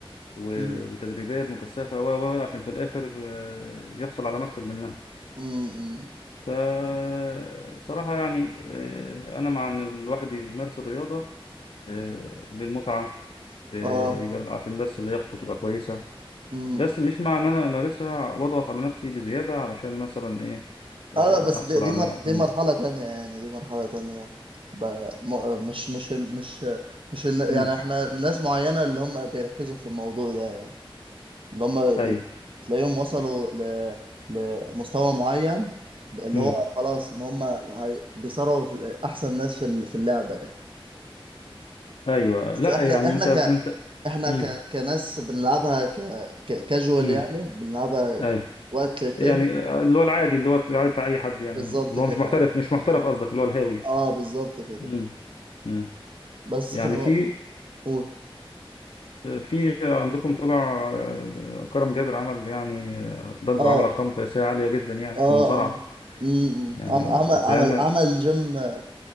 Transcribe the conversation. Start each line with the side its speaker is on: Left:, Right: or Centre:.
Left: و-
Right: امم
Left: وتدريبات مكثفة و و- عشان في الآخر آه، يحصل على مكسب منها
Right: امم
Left: فصراحة يعني آه، أنا مع إن الواحد يمارس الرياضة آه، للمتعة آه،
Right: اه
Left: يبقى عشان بس لياقته تبقى كويسة
Right: مم.
Left: بس مش مع إن أنا أمارسها وأضغط على نفسي بزيادة علشان مثلا إيه آه،
Right: اه لا بس
Left: أحصل
Right: دي دي,
Left: على
Right: مر... دي
Left: مم.
Right: مرحلة تانية يعني دي مرحلة تانية ب... م... مش مش ال... مش مش ال...
Left: مم.
Right: يعني احنا ناس معينة اللي هم بيركزوا في الموضوع ده يعني اللي هم ب...
Left: أيوه
Right: تلاقيهم وصلوا ل... لمستوى معين اللي
Left: مم.
Right: هو خلاص ان هم هي... بيصارعوا في ال- احسن ناس في ال... في اللعبة يعني
Left: أيوه لا
Right: بس احنا
Left: يعني
Right: احنا
Left: أنت
Right: ك
Left: أنت
Right: احنا
Left: مم.
Right: ك... كناس بنلعبها ك... ك... كاجوال
Left: مم.
Right: يعني بنلعبها
Left: أيوه
Right: وقت للتاني
Left: يعني آه، اللي هو العادي اللي هو العادي بتاع أي حد يعني
Right: بالظبط
Left: اللي
Right: كده
Left: هو مش محترف مش محترف قصدك اللي هو الهاوي
Right: اه بالظبط كده
Left: مم.
Right: بالظبط.
Left: مم.
Right: بس
Left: يعني
Right: ف
Left: في
Right: قول
Left: في عندكم طلع آه، كرم جابر عمل يعني آه، ضجة
Right: اه
Left: وعمل أرقام قياسية عالية جدا يعني
Right: اه
Left: في المصارعة
Right: اه امم
Left: يعني
Right: عم- عمل
Left: زعلنا
Right: عمل عمل جيم آه،